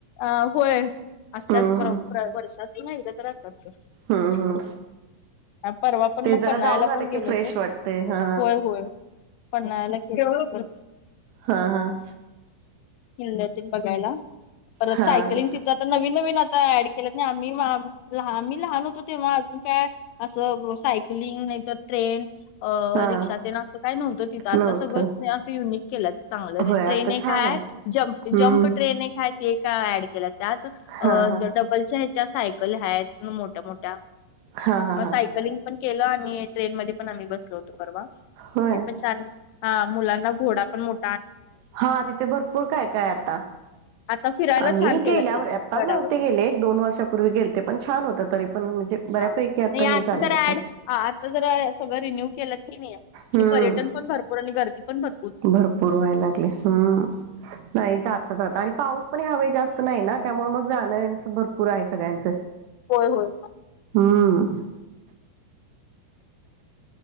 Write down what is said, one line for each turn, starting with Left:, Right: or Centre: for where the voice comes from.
Left: अ होय, असत्याच
Right: हम्म
Left: प्र वर्षातून एकदा तर असता च गं.
Right: हम्म हम्म
Left: परवा पण
Right: ते
Left: मग
Right: जरा
Left: पन्हाळ्याला
Right: जाऊन आले
Left: पण
Right: की
Left: गेलो
Right: फ्रेश
Left: होतो,
Right: वाटते हा
Left: होय होय. पन्हाळ्याला <unintelligible>
Right: हा हा हा
Left: बघायला. <unintelligible> बघायला. परत
Right: हा
Left: सायकलिंगची तर आता नवीन नवीन आता ऍड केलंत ना, आम्ही म आम्ही लहान होतो तेव्हा अजून काय. असं सायकलिंग नाहीतर ट्रेन. अ
Right: हा
Left: रिक्षात येन असं काय नव्हतं, तिथं आता
Right: नव्हतं
Left: सगळं असं युनिक केलंत. चांगलं
Right: होय
Left: ट्रेन
Right: आता
Left: एक
Right: छान
Left: हाय,
Right: आहे
Left: जम्प-जम्प
Right: हम्म
Left: ट्रेन एक हाय, ते एक ऍड केलाय त्यात. त
Right: हा हा
Left: डबलच्या ह्याच्यात सायकल आहेत, मोठ्या-मोठ्या.
Right: हा हा
Left: मग
Right: हा
Left: सायकलिंग पण केलं आणि ट्रेन मध्ये पण आम्ही बसलो होतो परवा.
Right: होय
Left: ते पण छान, हां मुलांना घोडा पण मोठ
Right: हां तिथे भरपूर काय काय आता.
Left: आता फिरायला
Right: आम्ही
Left: छान केल्यात
Right: गेल्यावर
Left: त्यांनी
Right: आता
Left: गडावर
Right: नव्हते गेले, एक दोन वर्षापूर्वी गेलते, पण छान होत तरी पण म्हणजे. बऱ्यापैकी
Left: हां नही आता
Right: हे झालं
Left: जरा
Right: होत
Left: ऍड, आता जरा सगळं रिन्यू केलंत की नही आणि
Right: हम्म
Left: पर्यटन पण भर पूर आणि गर्दी पण भर
Right: भरपूर व्हायला लागले, हम्म. नही जाता जाता आणि पाऊस पण ह्यावेेळी जास्त नही ना, त्यामुळे मग जाणं यांचं भरपूर आहे सगळ्यांचं.
Left: होय होय.
Right: हम्म.